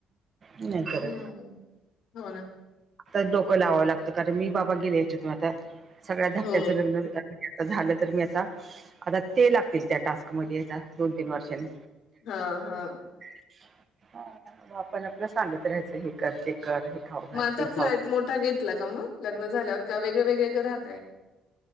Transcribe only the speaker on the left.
हम्म हम्म हो ना.
हो.
हा हा.
म आता
फ्लॅट
मोठा घेतला का म लग्न झाल्यावर का वेगळे वेगळे राहतय?